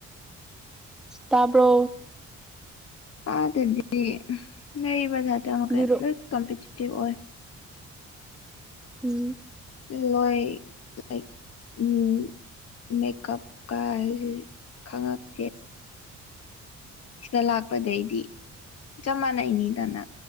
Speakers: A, in the centre; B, on the left.
A: ꯇꯥꯕ꯭ꯔꯣ
B: ꯑꯥ ꯑꯗꯨꯗꯤ ꯅꯩꯕ ꯖꯥꯠꯇ ꯃꯈꯩ
A: ꯂꯤꯔꯣ
B: ꯂꯣꯏ ꯀꯝꯄꯤꯇꯤꯇꯤꯚ ꯑꯣꯏ
A: ꯎꯝ
B: ꯂꯣꯏ ꯂꯥꯏꯛ ꯎꯝ ꯃꯦꯀꯞ ꯀ ꯍꯥꯏꯖꯤꯗꯤ ꯈꯪꯉꯛꯇꯦ ꯁꯤꯗ ꯂꯥꯛꯄꯗꯩꯗꯤ ꯆꯞ ꯃꯥꯟꯅꯩꯅꯤꯗꯅ